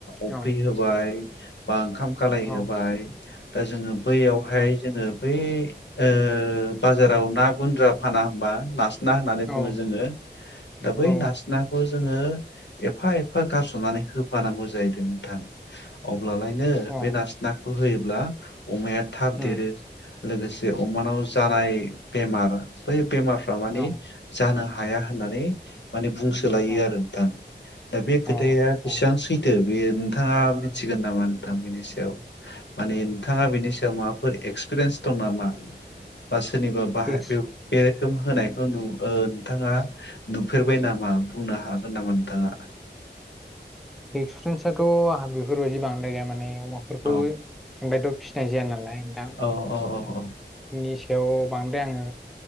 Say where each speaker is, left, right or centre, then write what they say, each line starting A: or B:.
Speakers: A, on the left (about 80°); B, in the centre.
A: अफ्रि
B: औ
A: होबाय बा ओंखाम कालाय
B: औ
A: होबाय दा जोङो बै फाय
B: औ
A: जोङो बे ओ बाजाराव ना गुन्द्रा फाना होमबा नस ना होननानै
B: औ
A: बुङो जोङो दा बै
B: औ
A: नासनाखौ जोङो एफा एफ एफा गारसनानै होफानांगौ जाहैदो <unintelligible> अब्लालायनो
B: औ
A: बे
B: अ
A: नासि नाखौ होयोब्ला अमा या थाब
B: उम
A: देरो लोगोसे अमानाव जानाय बेमारा बै बेमारफ्रा मानि
B: औ
A: जानो हा हाया होननानै माने बुंसोलायोआरो
B: अ
A: नोंथां दा बे खोथाया
B: अ
A: बेसां
B: अ
A: सैथो बे नोंथाङा मिथिगोन नामा नोंथां बेनि सायाव माने नोंथाङा बेनि सा याव माबाफोर एगसपिरियेन्स दं नामा बा सो सोरनिबा बाहा
B: फिक्स
A: बे बे खोम होनायखो नु ओ नोंथाङा नुफेरबाय नामा बुंनो हागोन नामा नोंथाङा?
B: एक्सपिरियेन्सआथ' आहा बेफोरबादि बांद्राय गोया माने अमा फोरखौ
A: औ
B: ओमफायथ' फिसिनाय जायानालाय दां
A: औ औ औ औ
B: बेनि सायाव बांद्राय आङो